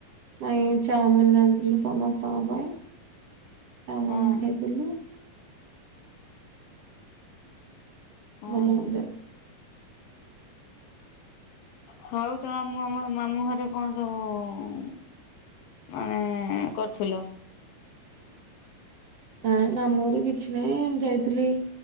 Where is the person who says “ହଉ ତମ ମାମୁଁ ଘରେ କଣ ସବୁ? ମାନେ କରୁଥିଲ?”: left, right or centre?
Left